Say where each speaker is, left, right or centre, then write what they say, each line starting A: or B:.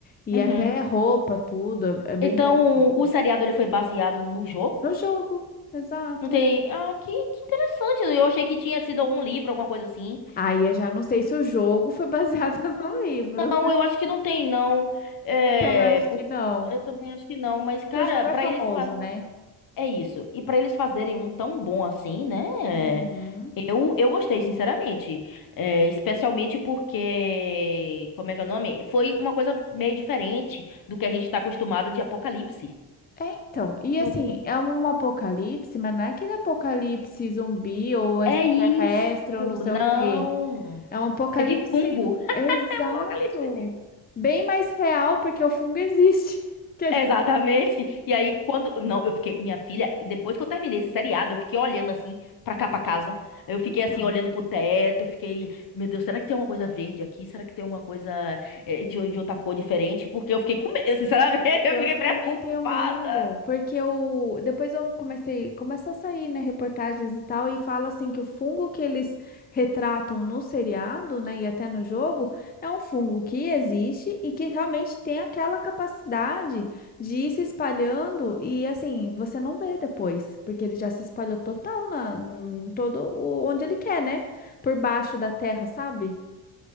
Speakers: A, on the left; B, on the left.
A: e
B: uhum.
A: até roupa, tudo, é é bem
B: Então,
A: parecido.
B: o seriado ele foi baseado no jogo?
A: No jogo, exato.
B: Não tem. Ah, que, que interessante. Eu achei que tinha sido algum livro, alguma coisa assim.
A: Aí eu já não sei se o jogo foi baseado <laughs>
B: Hum,
A: no livro.
B: Não, eu acho que não tem, não. É,
A: Eu também acho
B: por...
A: que não.
B: Eu também acho que não. Mas,
A: Porque
B: cara,
A: o jogo
B: pra
A: é famoso,
B: eles faz...
A: né?
B: É isso. E pra eles fazerem um tão bom assim, né? é,
A: Uhum.
B: Eu, eu gostei, sinceramente. É, especialmente porque. Como é que é o nome? Foi uma coisa meio diferente do que a gente tá acostumado de Apocalipse.
A: É, então, e
B: Não-
A: assim, é um apocalipse, mas não é aquele apocalipse zumbi ou extraterrestre
B: É isso.
A: ou não sei o quê.
B: Não.
A: É um apocalipse
B: É de fungo.
A: exato,
B: Apocalipse.
A: bem mais real porque o fungo existe. <laughs> Que a gente...
B: Exatamente. E aí, quando. Não, eu fiquei. Minha filha, depois que eu terminei esse seriado, eu fiquei olhando assim, pra cá, pra casa. Eu fiquei
A: Então.
B: assim, olhando pro teto. Eu fiquei. Meu Deus, será que tem alguma coisa verde aqui? Será que tem alguma coisa eh, de, de outra cor diferente? Porque eu fiquei com medo. Eu, sinceramente, <laughs> eu
A: Eu
B: fiquei
A: também
B: preocupada.
A: tenho medo, porque eu, depois eu comecei, começa a sair, né, reportagens e tal, e fala assim que o fungo que eles retratam no seriado, né, e até no jogo, é um fungo que existe e que realmente tem aquela capacidade de ir se espalhando e assim, você não vê depois, porque ele já se espalhou total na, em todo o, onde ele quer, né? Por baixo da terra, sabe?